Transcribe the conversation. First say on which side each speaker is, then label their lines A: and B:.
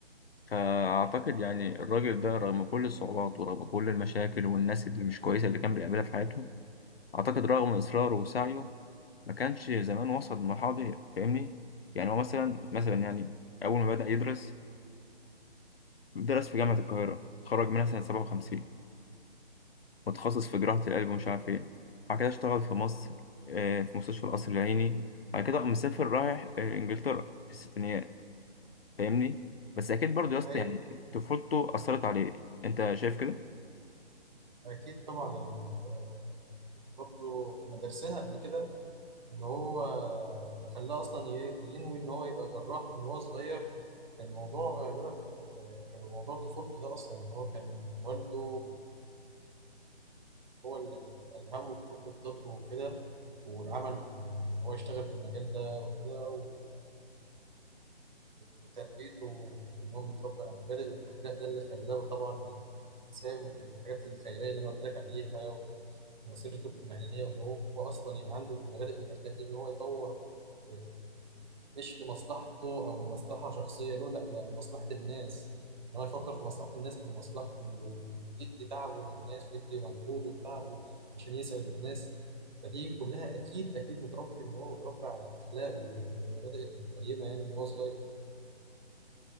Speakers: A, on the left; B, on the right.
A: فاعتقد يعني الراجل ده رغم كل الصعوبات ورغم كل المشاكل والناس اللي مش كويسه اللي كان بيقابلها في حياته اعتقد رغم اصراره وسعيه ما كانش زمان وصل للمرحلة دي فاهمني يعني هو مثلا مثلا يعني أول ما بدأ يدرس درس في جامعة القاهرة اتخرج منها سنة 57 متخصص في جراحة القلب ومش عارف إيه بعد كده اشتغل في مصر آه، في مستشفى القصر العيني بعد كده قام مسافر رايح آه، إنجلترا في الستينيات فاهمني بس أكيد برضه يا اسطى
B: أيوة
A: يعني طفولته أثرت عليه أنت شايف كده؟
B: أكيد طبعا يعني آه، كنت برضو كنا دارسينها قبل كده إن هو اللي خلاه أصلا ي- ينوي إن هو يبقى جراح من هو صغير كان الموضوع غالبا آه، كان موضوع طفولته ده أصلا إن هو كان والده هو اللي ألهمه بحب الطب وكده والعمل في- يعني إن هو يشتغل في المجال ده وكده وتربيته وإن هو متربي على المبادئ والأخلاق ده اللي خلاه طبعا يساهم في الحاجات الخيرية اللي أنا قلت لك عليها ومسيرته المهنية وإن هو أصلا يبقى عنده المبادئ والأخلاق دي إن هو يطور آه، مش لمصلحته أو مصلحة شخصية له لا لمصلحة الناس إن هو يفكر في مصلحة الناس قبل مصلحته ويدي تعبه للناس ويدي مجهوده وتعبه عشان يسعد الناس فدي كلها أكيد أكيد متربي إن هو متربي على الأخلاق والمبادئ القيمة يعني من هو صغير